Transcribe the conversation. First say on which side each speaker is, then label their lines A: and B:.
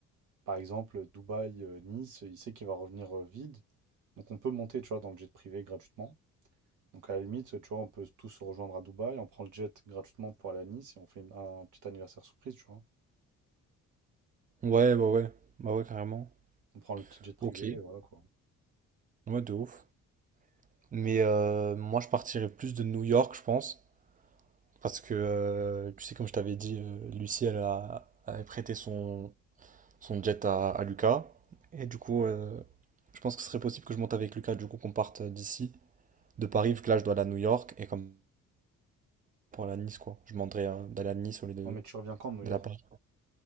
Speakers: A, on the right; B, on the right.
A: par exemple, Dubaï, euh, Nice, il sait qu'il va revenir euh, vide. Donc, on peut monter, tu vois, dans le jet privé gratuitement. Donc, à la limite, tu vois, on peut tous se rejoindre à Dubaï. On prend le jet gratuitement pour aller à Nice et on fait une- un petit anniversaire surprise, tu vois.
B: Ouais, bah ouais. Bah ouais, carrément.
A: On prend le petit jet privé
B: Ok.
A: et voilà, quoi.
B: Ouais, de ouf. Mais euh, moi, je partirais plus de New York, je pense. Parce que, euh, tu sais, comme je t'avais dit, euh, Lucie, elle a, avait prêté son, son jet à, à Lucas. Et du coup, euh, je pense que ce serait possible que je monte avec Lucas, du coup, qu'on parte euh, d'ici, de Paris, vu que là, je dois aller à New York. Et comme pour aller à Nice, quoi. Je demanderais euh, d'aller à Nice au lieu de
A: Oh, mais tu reviens quand de New York?
B: d'aller à Paris.